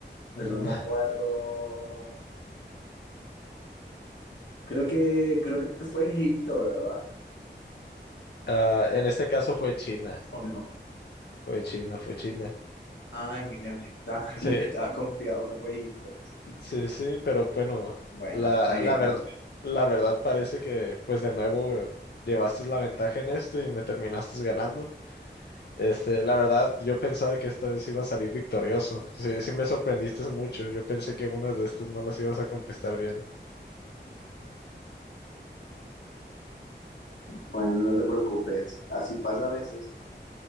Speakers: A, on the left (about 85°); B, on the left (about 65°).
A: pero
B: Ujú.
A: no me
B: <laughs>
A: acuerdo. Creo que, creo que fue Egipto, ¿verdad?
B: Ah, en este caso fue China,
A: ¿O no?
B: fue China, fue China.
A: Ay, mira, está- <laughs>
B: Sí,
A: estaba confiado que fue Egipto.
B: Sí, sí, pero bueno,
A: Bueno,
B: la,
A: está bien.
B: la verdad, la verdad parece que pues de nuevo llevaste la ventaja en esto y me terminaste ganando. Este, la verdad, yo pensaba que esta vez iba a salir victorioso. Sí, sí me sorprendiste mucho. Yo pensé que unas de estas no las ibas a contestar bien.
A: Bueno, no te preocupes, así pasa a veces.